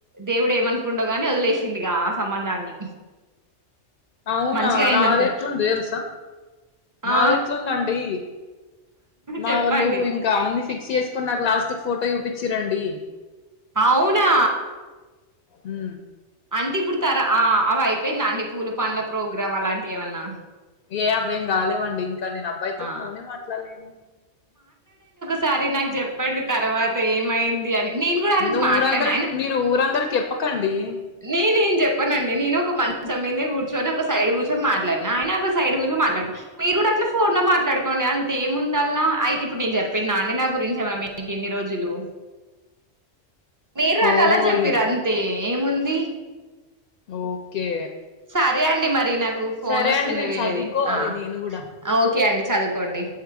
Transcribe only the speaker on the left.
అవునా
నాది
ఎట్లుంది తెలుసా నాది
ఎట్లుందండి మా
వొళ్ళు ఇంకా అన్ని ఫిక్స్ చేసుకు కాని నాకు లాస్ట్ కు ఫోటో చూపిచిరండి
ఉ
ఏ ఆవేం కాలేవండి ఇంకా నేను అబ్బాయితో
ఫోనే మాట్లాడలేను
ను ఊరందరికి
మీరు ఊరందరికి చెప్పకండి
ఓహో!
ఇద
ఓకే
సరే
అండి నేను
చదువుకోవాలి
నేను గూడా.